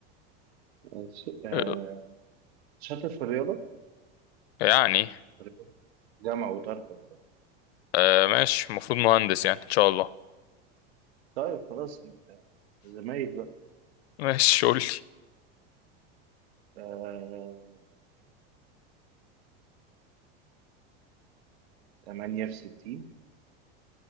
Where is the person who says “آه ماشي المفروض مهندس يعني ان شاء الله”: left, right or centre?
Left